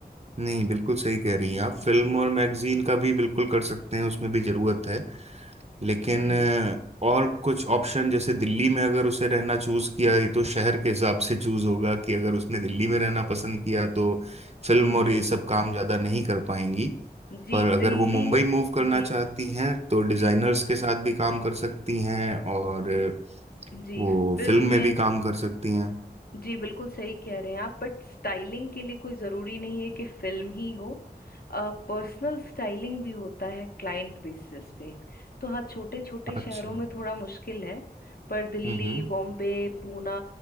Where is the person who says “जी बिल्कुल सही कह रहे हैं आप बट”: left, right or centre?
Left